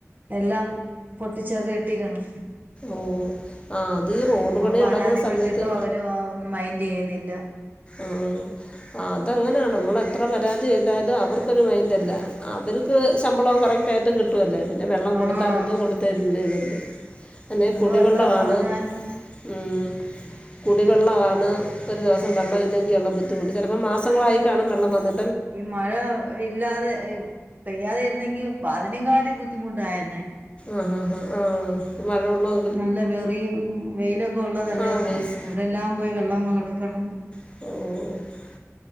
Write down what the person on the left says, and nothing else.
ഓഹ് ആ അത് ഈ റോഡ്
പണി
നടക്കുന്ന സമയത്ത്
ആഹ് ആ അതങ്ങനെയാണ് നമ്മൾ എത്ര പരാതി ചെയ്താലും അവർക്കൊരു മൈൻഡല്ല അവര് ക്ക് ശമ്പളവും കറക്റ്റയിട്ട് കിട്ടുവല്ലേ പിന്നെ വെള്ളം കൊടുത്താലന്ത്
കൊടുത്തില്ലേലെന്ത് തന്നെ
കുടിവെള്ളവാണ്
ഉം കുടിവെള്ളവാണ് ഒരു ദിവസ് വെള്ളം ഇല്ലെങ്കിയുള്ള ബുദ്ധിമുട്ട് ചെലപ്പം മാസങ്ങളായി കാണും വെള്ളം വന്ന
ആഹ് ആഹ് ആഹ് ആഹ് <unintelligible> മഴവെള്ളം
ആ വേസ്
ഓഹ്